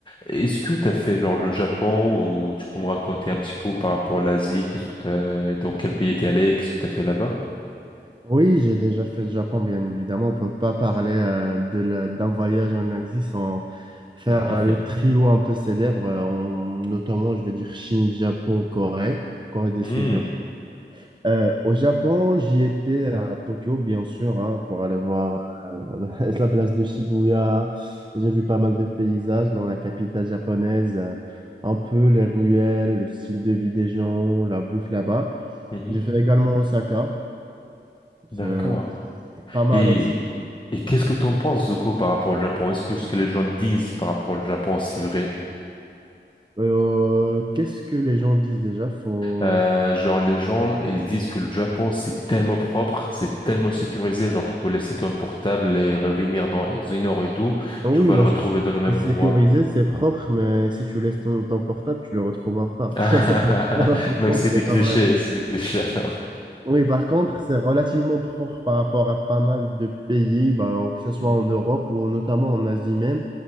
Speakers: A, on the left (about 25°); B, on the right (about 25°).
A: Est-ce que tu as fait genre le Japon ou tu peux me raconter un petit peu par rapport à l'Asie, qu'est-ce que t'as, dans quel pays t'es allé, qu'est-ce que tu as fait là-bas?
B: Oui, j'ai déjà fait le Japon, bien évidemment. On peut pas parler euh, de la- d'un voyage en Asie sans faire
A: <laughs> Mhm.
B: euh, le trio un peu célèbre, euh, en- notamment, je vais dire Chine, Japon, Corée, Corée du
A: Mhm.
B: Sud, bien sûr. Euh, au Japon, j'y étais à Tokyo, bien sûr, hein, pour aller voir euh, <laughs> la place de Shibuya. J'ai vu pas mal de paysages dans la capitale japonaise, euh, un peu les ruelles, le style de vie des gens, la bouffe là-bas.
A: Mhm.
B: J'ai fait également Osaka, c'est
A: D'accord.
B: c'est pas mal
A: Et,
B: aussi.
A: et qu'est-ce que t'en penses du coup par rapport au Japon? Est-ce que ce que les gens disent par rapport au Japon, c'est vrai?
B: Euh, qu'est-ce que les gens disent déjà? Faut...
A: Euh, genre les gens, ils disent que le Japon, c'est tellement propre, c'est tellement sécurisé, genre tu peux laisser ton portable et revenir dans une heure et deux,
B: Ah
A: tu
B: oui,
A: vas
B: bah,
A: le retrouver
B: c'est
A: dans le même
B: c'est sécurisé,
A: endroit.
B: c'est propre, mais si tu laisses ton, ton portable, tu le retrouveras pas.
A: <laughs>
B: <laughs> Ça, c'est- ça, par
A: Donc
B: contre,
A: c'est
B: c'est
A: des clichés,
B: pas vrai.
A: c'est des clichés alors.
B: Oui, par contre, c'est relativement propre par rapport à pas mal de pays, bah, que ce soit
A: Mhm,
B: en Europe ou notamment en Asie même.